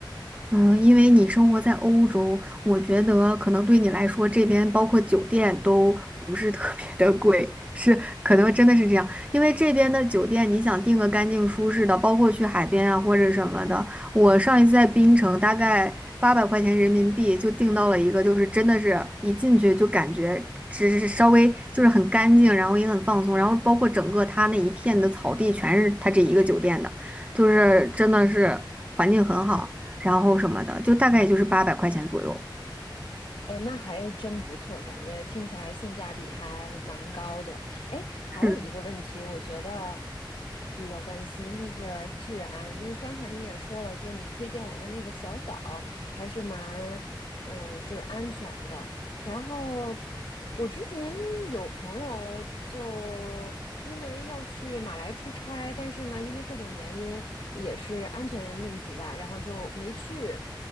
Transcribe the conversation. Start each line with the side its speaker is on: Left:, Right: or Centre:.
Right: 嗯，因为你生活在欧洲，我觉得可能对你来说，这边包括酒店都不是特别的贵，<laughs> 是可能真的是这样。因为这边的酒店，你想订个干净舒适的，包括去海边啊或者什么的，我上一次在槟城，大概八百块钱人民币就订到了一个，就是真的是一进去就感觉只是稍微就是很干净，然后也很放松，然后包括整个它那一片的草地全是它这一个酒店的，就是真的是环境很好。然后什么的，就大概也就是八百块钱左右。
Left: 哦，那还真不错，感觉听起来性价比还蛮高的。哎，还有一个问题，
Right: 是
Left: 我觉得比较关心，就是治安。你刚才你也说了，就你推荐我的那个小岛还是蛮，呃，就是安全的。然后我之前有朋友就因为要去马来出差，但是呢，因为各种原因，也是安全问题吧，然后就没去。